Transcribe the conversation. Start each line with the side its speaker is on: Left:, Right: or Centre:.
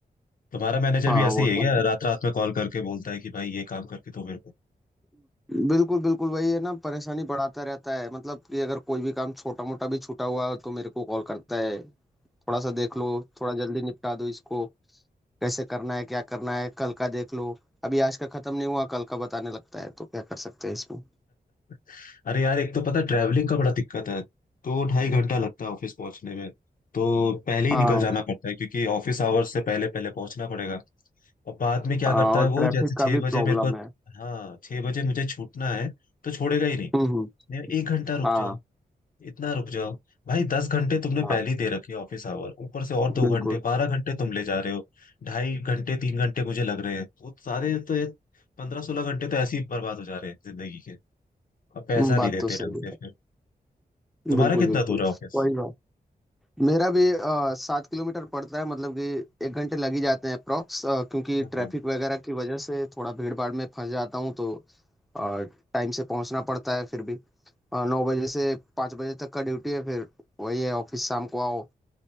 Left: तुम्हारा मैनेजर
Centre: हाँ
Left: भी ऐसे
Centre: वो
Left: ही है
Centre: तो
Left: क्या
Centre: है।
Left: रात रात में कॉल करके बोलता है कि भाई ये काम करके दो मेरे को
Centre: बिल्कुल बिल्कुल वही है ना परेशानी बढ़ाता रहता है मतलब कि अगर कोई भी काम छोटा मोटा भी छूटा हुआ तो मेरे को कॉल करता है थोड़ा सा देख लो थोड़ा जल्दी निपटा दो इसको कैसे करना है क्या करना है कल का देख लो अभी आज का खत्म नहीं हुआ कल का बताने लगता है तो क्या कर सकते हैं इसमें
Left: <laughs> अरे यार एक तो पता ट्रैवलिंग का बड़ा दिक्कत है दो ढाई घंटा लगता है ऑफिस पहुंचने में तो पहले ही
Centre: हाँ
Left: निकल जाना पड़ता है क्योंकि ऑफिस आवर्स से पहले पहले पहुंचना पड़ेगा और बाद में क्या
Centre: हाँ
Left: करता
Centre: और
Left: है वो
Centre: ट्रैफिक
Left: जैसे
Centre: का
Left: छह
Centre: भी
Left: बजे
Centre: प्रॉब्लम
Left: मेरे को
Centre: है
Left: हाँ छह बजे मुझे छूटना है तो छोड़ेगा ही नहीं
Centre: हम्म हम्म,
Left: नहीं एक घंटा रुक
Centre: हाँ
Left: जाओ इतना रुक जाओ भाई दस घंटे तुमने
Centre: हाँ
Left: पहले ही दे रखे ऑफिस आवर ऊपर से और दो
Centre: बिल्कुल
Left: घंटे बारह घंटे तुम ले जा रहे हो ढाई घंटे तीन घंटे मुझे लग रहे हैं वो सारे तो ये पंद्रह सोलह घंटे तो ऐसे ही बर्बाद हो जा रहे हैं जिंदगी के अब पैसा
Centre: बात
Left: नहीं देते
Centre: तो सही
Left: ढंग से फिर
Centre: है
Left: तुम्हारा
Centre: बिल्कुल
Left: कितना
Centre: बिल्कुल
Left: दूर है ऑफिस
Centre: वही बात मेरा भी अ, सात किलोमीटर पड़ता है मतलब कि एक घंटे लग ही जाते हैं अप्रॉक्स क्योंकि
Left: हाँ
Centre: ट्रैफिक
Left: हाँ
Centre: वगैरह की वजह से थोड़ा भीड़ भाड़ में फंस जाता हूँ तो टाइम से पहुंचना पड़ता है फिर भी अ, नौ बजे से पाँच बजे तक का ड्यूटी है फिर वही है ऑफिस शाम को आओ